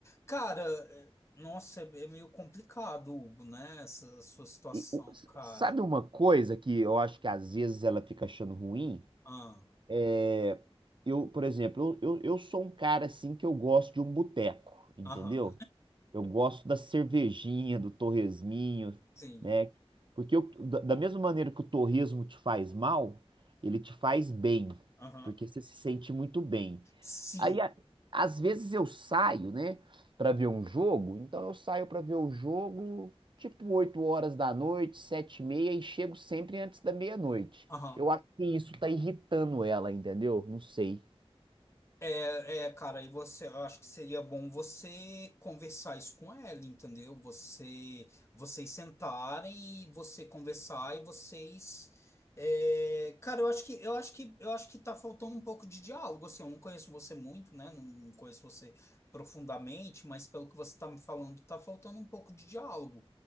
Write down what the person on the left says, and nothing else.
Cara, é, nossa, é é meio complicado, Hugo, né? Essa sua situação,
cara.
Ah,
aham,
sim,
aham,
sim,
aham.
É, é, cara, e você, eu acho que seria bom você conversar isso com ela, entendeu? Você, vocês sentarem e você conversar e vocês, é, cara, eu acho que, eu acho que, eu acho que tá faltando um pouco de diálogo, assim, eu não conheço você muito, né? Não, não conheço você profundamente, mas pelo que você tá me falando, tá faltando um pouco de diálogo,